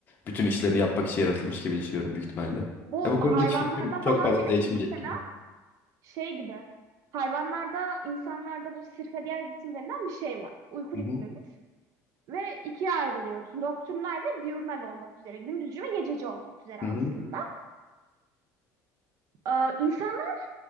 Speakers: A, on the left (about 25°); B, on the right (about 55°).
A: bütün işlerini yapmak için yaratılmış gibi düşünüyorum büyük ihtimalle.
B: Bu
A: Ya bu konudaki
B: hayvanlarda
A: fikrim çok
B: falan
A: fazla
B: bile
A: değişmeyecek
B: biz mesela
A: gibi.
B: şey gibi. Hayvanlarda, insanlarda bu sirkadiyen ritim denilen bir şey var. Uyku
A: Hı
B: ritmimiz.
A: hı.
B: ve ikiye ayrılıyoruz. Nocturnal ve diurnal olmak üzere. Gündüzcü ve gececi olmak üzere
A: Hı
B: aslında.
A: hı.
B: Ee, insanlar